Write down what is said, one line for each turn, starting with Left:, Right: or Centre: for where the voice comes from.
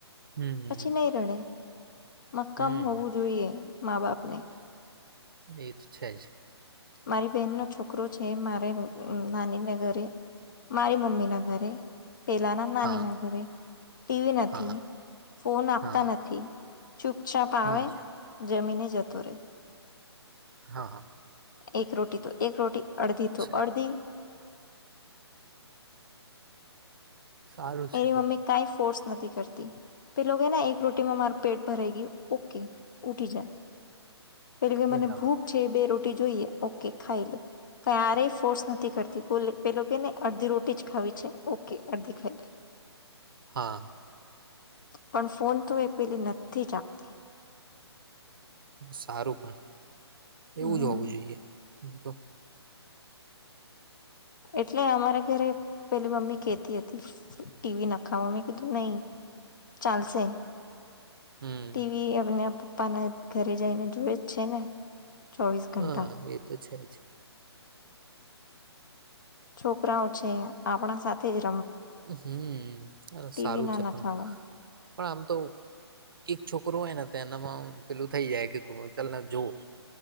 Right: હમ
Left: પછી નહીં રડે, મક્કમ
Right: હમ
Left: હોવું જોઈએ મા બાપ ને.
Right: એ તો છે જ.
Left: મારી બહેનનો છોકરો છે મારે અહ નાનીને ઘરે, મારી મમ્મીના ઘરે. પેલાના નાની
Right: હા
Left: ના ઘરે, ટીવી નથી,
Right: હા
Left: ફોન આપતા
Right: હા
Left: નથી. ચૂપચાપ આવેે,
Right: હા
Left: જમીને જ જતો રે.
Right: હા, હા.
Left: એક રોટી તો એક રોટી, અડધી તો
Right: છે
Left: અડધી
Right: સારું છે
Left: એની મમ્મી કાંઈ ફોર્સ નથી કર તી, તે લોગ હે ના એક રોટીમાં મારું પેટ ભરે ગયું, ઓકે ઉઠી જા. પેલું
Right: પણ
Left: કે મને
Right: બરાબર
Left: ભૂખ છે બે રોટ જોઈએ ઓકે ખાઈ લે. ક્યારેય ફોર્સ નથી કરતી, પોલે પેલો કે ને અડધી રોટી જ ખાવી છે, ઓકે અડધી ખાઈ લે.
Right: હા.
Left: પણ ફોન તો એ પેલી નથી જ આપતી.
Right: સારું પણ.
Left: હમ.
Right: એવું જ હોવું જોઈએ. તો
Left: એટલે અમારા ઘરે પેલી મમ્મી કેહતી હતી, ટીવી નખાવો, મમ્મી કીધું નહી, ચાલશે.
Right: હમ
Left: ટીવી એમને પપ્પાના ઘરે જઈને જોવે જ છે ને. ચોવીસ ઘંટા
Right: હા એ તો છે જ.
Left: છોકરાઓ છે આપણા સાથે જ રે
Right: હમ્મ આ
Left: ટીવી
Right: સારું
Left: ના
Right: છે
Left: નખાવો.
Right: પણ, પણ આમ તો એક છોકરો હોય ને તો એનામાં પેલું થઈ જાય કે ક ચલ આ જો.